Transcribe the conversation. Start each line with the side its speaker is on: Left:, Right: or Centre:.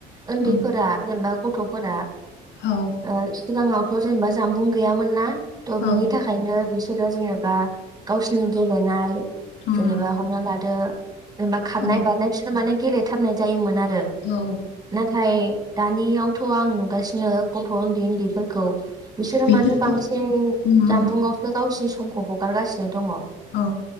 Right: उन्दैफोरा
Left: उम
Right: जेनेबा गथ'फोरा
Left: औ
Right: ओ सिगाङावथ' जेनेबा जामबुं गैयामोन ना थ' बिनि
Left: औ
Right: थाखायनो बिसोरो जेनेबा गावसिनि गेलेनाय
Left: उम
Right: जेनेबा हमना लादो। जेनबा खारनाय
Left: औ
Right: बारनाय बिसोरो माने गेलेथारनाय जायोमोन आरो
Left: औ
Right: नाथाय दानियावथ' आं नुगासिनो गथ' उन्दै उन्दै खौ बिसोरो
Left: बेफोरखौ
Right: माने बांसिन
Left: उम
Right: जानबुंवसो गावसिनि समखौ हगारगासिनोघ दङ
Left: औ